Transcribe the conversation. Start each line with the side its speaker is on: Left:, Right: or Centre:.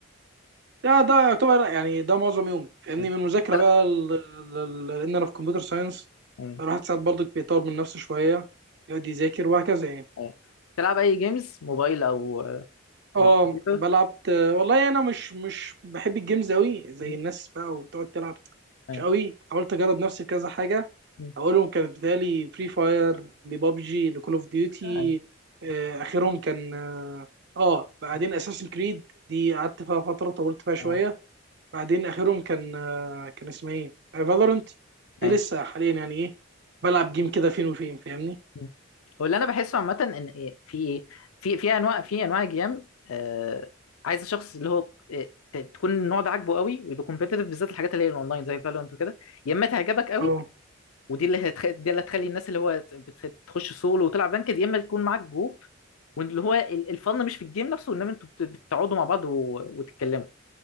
Right: ده ده يعتبر يعني ده معظم يومي فاهمني
Left: م.
Right: من المذاكره
Left: تلعب
Right: بقى ل- ل- ل- لان انا في كمبيوتر ساينس
Left: م.
Right: الواحد ساعات برضك بيطور من نفسه شويه يقعد يذاكر وهكذا يعني
Left: م. تلعب اي جيمز موبايل او
Right: اه
Left: او كمبيوتر
Right: بلعب والله انا مش مش بحب الجيمز قوي زي
Left: م.
Right: الناس بقى وتقعد تلعب
Left: اي
Right: مش قوي حاولت اجرب نفسي في كذا حاجه
Left: م.
Right: اولهم كانت بتالي فري فاير لبابجي لكول اوف ديوتي
Left: اي
Right: اخرهم كان اه بعدين
Left: م.
Right: اساسن كريد دي قعدت فيها فتره طولت فيها شويه
Left: اه
Right: بعدين اخرهم كان آه، كان اسمها ايه فالورنت دي
Left: اي
Right: لسه حاليا يعني ايه بلعب جيم كده فين وفين فاهمني
Left: م. هو اللي انا بحسه عامه ان إيه، في ايه في في انواع في انواع جيم آه عايز الشخص اللي هو آه، ت- تكون النوع ده عاجبه قوي ويبقى كومبيتيتيف بالذات الحاجات اللي هي الاونلاين زي فالورانت وكده يا اما تعجبك قوي
Right: اه
Left: ودي اللي هتخ... دي اللي هتخلي الناس اللي هو بت- تخش سولو وتلعب بانكد يا اما تكون معاك جروب واللي هو ال- الفن مش في الجيم نفسه انما انتوا بت- بتقعدوا مع بعض و... وتتكلموا